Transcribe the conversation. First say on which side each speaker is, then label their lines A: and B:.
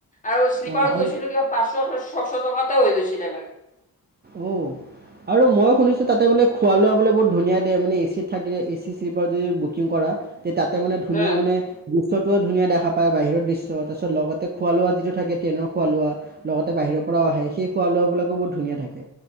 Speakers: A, on the left; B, on the right.
A: আৰু শ্লিপাৰত
B: অঁ আৰু
A: গৈছিলো কিবা পাঁচশ ছশ টকাতে হৈ গৈছিল এবাৰ
B: উম আৰু মই শুনিছোঁ তাতে বোলে খোৱা লোৱা বোলে বহুত ধুনীয়া দিয়ে মানে এ চিত থাকিলে এ চি শ্লিপাৰত যদি বুকিং কৰা তে তাতে মানে ধুনীয়া
A: উম
B: মানে দৃশ্যটোও ধুনীয়া দেখা পায় বাহিৰৰ দৃশ্য তাৰপিছত লগতে খোৱা লোৱা যিটো থাকে ট্ৰেনৰ খোৱা লোৱা লগতে বাহিৰৰ পৰাও আহে সেই খোৱা লোৱাবিলাকো বহু ধুনীয়া থাকে